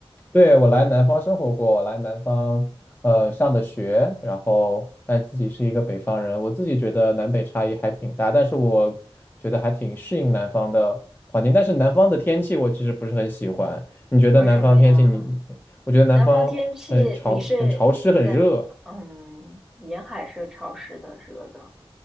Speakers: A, on the left; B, in the centre.
A: 对，我来南方生活过，我来南方呃上的学，然后但自己是一个北方人，我自己觉得南北差异还挺大，但是我觉得还挺适应南方的环境，但是南方的天气我其实不是很喜欢。你觉得南方天气你，
B: 为什么呀？
A: 你我觉得南方很潮、
B: 南方天气，你是你在嗯，
A: 很潮湿、很热。
B: 沿海是潮湿的、热的，